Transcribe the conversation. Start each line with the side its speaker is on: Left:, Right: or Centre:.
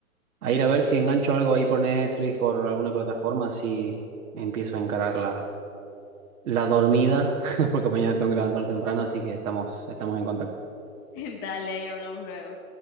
Right: a ir a ver si engancho algo ahí por Netflix, por alguna plataforma, así empiezo a encarar la, la dormida, <laughs> porque mañana tengo que levantar temprano, así que estamos, estamos en contacto.
Left: <laughs> dale, ahí hablamos luego.